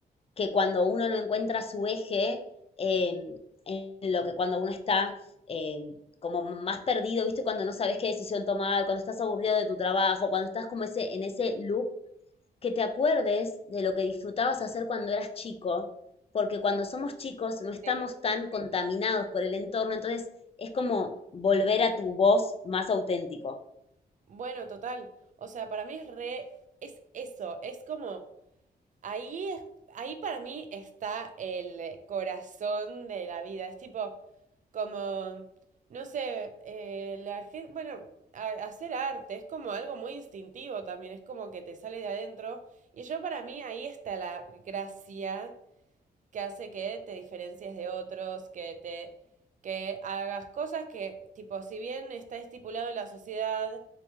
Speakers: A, on the left; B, on the right.
A: que cuando uno no encuentra su eje, eh, en lo que cuando uno está eh, como más perdido, ¿viste? Cuando no sabes qué decisión tomar, cuando estás aburrido de tu trabajo, cuando estás como ese, en ese loop, que te acuerdes de lo que disfrutabas hacer cuando eras chico, porque cuando somos chicos no estamos
B: Sí.
A: tan contaminados por el entorno, entonces es como volver a tu voz más auténtico.
B: Bueno, total. O sea, para mí es re. Es eso. Es como Ahí, ahí para mí está el corazón de la vida. Es tipo, como, no sé, eh, la gente, bueno, a- hacer arte es como algo muy instintivo también, es como que te sale de adentro. Y yo para mí ahí está la gracia que hace que te diferencies de otros, que te, que hagas cosas que, tipo, si bien está estipulado en la sociedad,